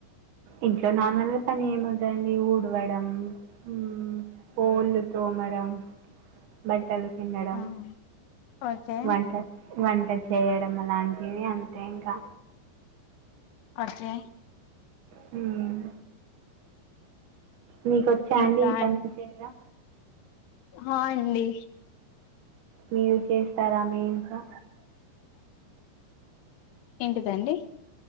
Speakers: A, on the right; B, on the left.
A: ఇంట్లో నార్మల్ గా పని ఏముంటదండి ఊడవడం మ్మె బోళ్ళు తోమడం. బట్టలు పిండడం
B: ఆ ఓకే
A: వంట వంట చేయ డం లాంటివి అంతే ఇంకా
B: ఓకే
A: హుమ్ మీ కొచ్చా అండి
B: ఇంకా
A: ఈ పనులు చేయడం
B: హాయ్ అండి
A: మీరు చేస్తారామె ఇంకా
B: ఏంటిదండి